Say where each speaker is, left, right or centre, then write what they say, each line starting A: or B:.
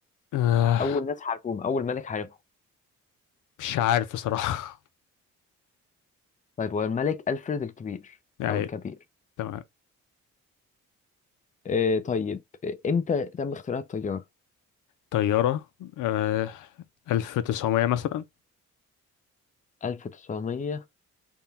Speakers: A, on the left; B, on the left.
A: آه،
B: أول ناس حاربوهم أول ملك حاربهم
A: مش عارف بصراحة
B: طيب هو الملك ألفريد الكبير
A: <laughs> أي
B: أو الكبير
A: تمام
B: آه، طيب آه، إمتى تم اختراع الطيارة
A: طيارة آه، 1900 مثلا
B: 1900